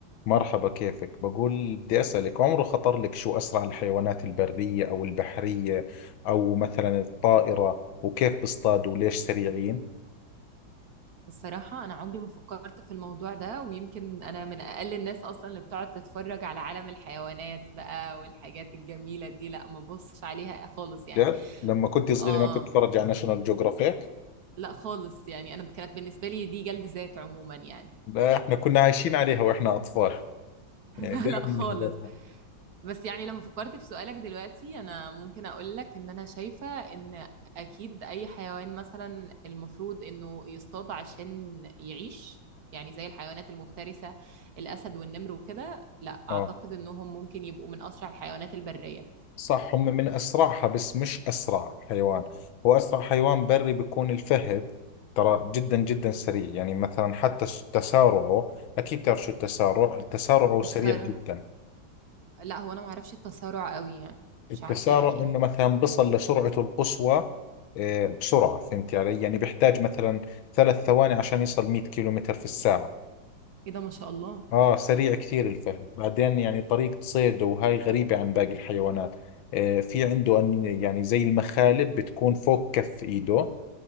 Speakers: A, on the left; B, on the right.
A: مرحبا كيفك بقول بدي أسألك عمره خطر لك شو أسرع الحيوانات البرية أو البحرية أو مثلا الطائرة وكيف بيصطادوا وليش سريعين
B: الصراحة أنا عمري ما فكرت في الموضوع ده ويمكن أنا من أقل الناس أصلا اللي بتقعد تتفرج على عالم الحيوانات بقى والحاجات الجميلة دي لا ما ببصش عليها خالص يعني
A: جد لما كنت صغيرة
B: آه
A: ما كنت أتفرج على ناشونال جيوغرافيك
B: لا خالص يعني أنا كانت بالنسبة لي دي جلد ذات عموما يعني
A: لا إحنا كنا عايشين عليها وإحنا أطفال
B: <laughs>
A: يعني
B: لا
A: دائما
B: لا خالص
A: نحضرها
B: بس يعني لما فكرت في سؤالك دلوقتي انا ممكن اقول لك ان انا شايفة ان اكيد اي حيوان مثلا المفروض انه يصطاد عشان يعيش يعني زي الحيوانات المفترسة الاسد والنمر وكده لا اعتقد
A: آه
B: انهم ممكن يبقوا من اسرع الحيوانات البرية
A: صح هم من أسرعها بس مش أسرع حيوان هو أسرع حيوان بري بيكون الفهد ترى جدا جدا سريع يعني مثلا حتى س- تسارعه أكيد بتعرف شو التسارع التسارع سريع
B: الصراحة
A: جدا
B: لا هو انا معرفش التسارع قوي يعني
A: التسارع
B: مش عارفة يعني ايه
A: انه مثلا بصل لسرعته القصوى آه، بسرعة فهمت علي يعني بيحتاج مثلا ثلاث ثواني عشان يصل 100 كيلومتر في الساعة
B: ايه ده ما شاء الله
A: اه سريع كثير الفهد بعدين يعني طريقة صيده وهاي غريبة عن باقي الحيوانات آه في عنده أن يعني زي المخالب بتكون فوق كف ايده